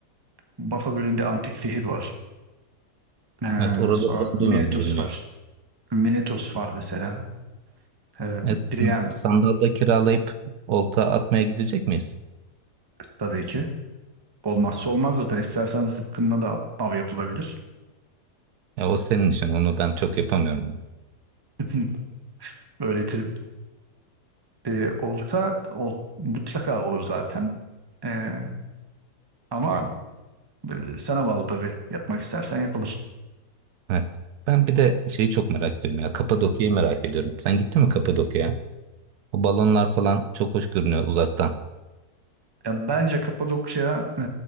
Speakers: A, on the right; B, on the right.
A: Bafa Gölü'nde antik şehir var. Ee,
B: Evet, oraları
A: sonra
B: ben
A: Minetos
B: duymadım, bilmiyorum.
A: var. Minetos var mesela. Ee,
B: E, s-
A: Priam
B: sandal da kiralayıp olta atmaya gidecek miyiz?
A: tabii ki. Olmazsa olmaz zaten. İstersen zıpkınla da av yapılabilir.
B: Ya o senin işin, onu ben çok yapamıyorum. yani.
A: <laughs> Öğretirim. Ee, olsa ol, mutlaka olur zaten. Ee, ama e, sana bağlı tabii. Yapmak istersen yapılır.
B: Evet. Ben bir de şeyi çok merak ediyorum ya, Kapadokya'yı merak ediyorum. Sen gittin mi Kapadokya'ya? O balonlar falan çok hoş görünüyor uzaktan.
A: Ya bence Kapadokya e,